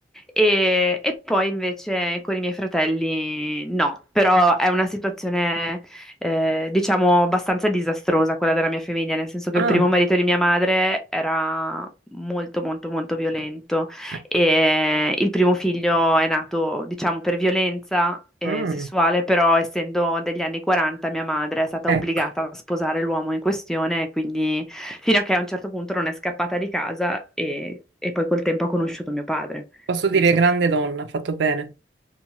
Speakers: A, in the centre; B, on the right.
A: E, e poi invece con i miei fratelli no, però è una situazione eh, diciamo abbastanza disastrosa quella della mia famiglia, nel senso che
B: Ah,
A: il primo marito di mia madre era molto molto molto violento.
B: ecco.
A: E il primo figlio è nato, diciamo, per violenza eh,
B: Mm,
A: sessuale, però essendo degli anni 40 mia madre è stata
B: ecco.
A: obbligata a sposare l'uomo in questione, quindi fino a che a un certo punto non è scappata di casa e, e poi col tempo ha conosciuto mio padre.
B: Posso dire
A: Non so.
B: grande donna, ha fatto bene.